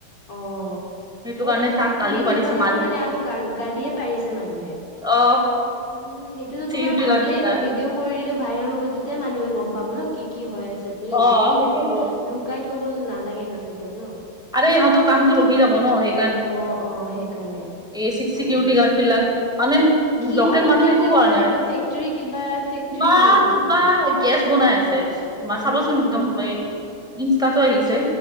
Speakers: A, on the left; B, in the centre.
A: অ', অ',
B: সেইটো কাৰণে তাক গালি
A: ভিডিঅ'
B: পাৰিছে
A: বনাবৰ
B: মাৰি
A: কাৰণে আৰু গাল-গালিয়ে পাৰিছে মানুহে?
B: অ
A: উম, সেইটোতো
B: চিকিউৰিটি
A: তোমাৰ ভালেই
B: গাৰ্ড কেইটা
A: ন, ভিডিঅ' কৰি দিলে, ভাইৰেল হ'ব। তেতিয়া মানুহে গম পাব ন, কি কি হৈ আছে বুলি
B: অ
A: সেইবোৰ
B: সেইটোয়েতো
A: লুকাই থ'ব নালাগে ন, সেইবোৰ ন।
B: আৰে, ইহঁতৰ কামটো ৰখি যাব ন, সেই
A: অ, অ, সেইকাৰণে।
B: এ, চিক, চিকিউৰিটি
A: অ'।
B: গাৰ্ড বিলাক, আমি
A: কিহৰ
B: লোকেল
A: তোমাৰ
B: মানুহক
A: কি
B: একো কৰা
A: হয় এইটো
B: নাই।
A: ফেক্টৰী
B: <inaudible>
A: কিবা ফেক্টৰী হয় নেকি কিবা? অ', হয় নেকি
B: ইনষ্টাতো আহিছে